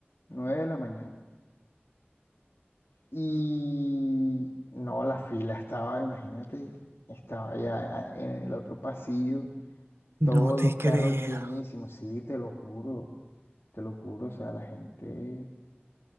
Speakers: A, on the left; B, on the right.
A: 9 de la mañana. Y no, la fila estaba, imagínate, estaba ya en el otro pasillo, todos
B: No te
A: los
B: creo.
A: carros llenísimos, sí, te lo juro, te lo juro, o sea, la gente...